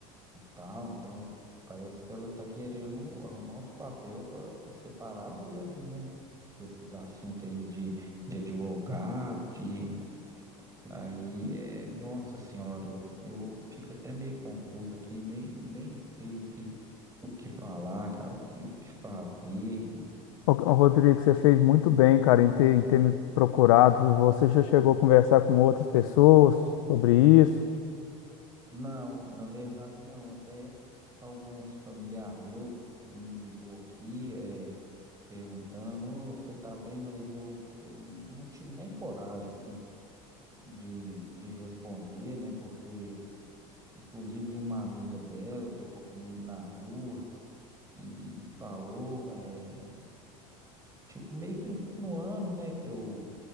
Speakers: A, on the right; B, on the left.
A: e tal. Então, parece que ela tá querendo arrumar os papéis para separar mesmo, né? Que esses assuntos aí de, de advogado, que aí é, nossa senhora, eu, eu fico até meio confuso aqui, nem, nem sei o que, o que falar, cara, o que, o que fazer.
B: Ô, ô, Rodrigo, você fez muito bem, cara, em ter, em ter me procurado. viu? Você já chegou a conversar com outras pessoas sobre isso?
A: Não, na verdade não, até alguns familiar meu me ligou aqui, é, perguntando, "Ô, você tá bem, mas eu, eu não tive nem coragem, assim, de, de responder, né? Porque, inclusive, uma amiga dela topou comigo na rua e falou, é, tipo, meio que insinuando, né, que eu,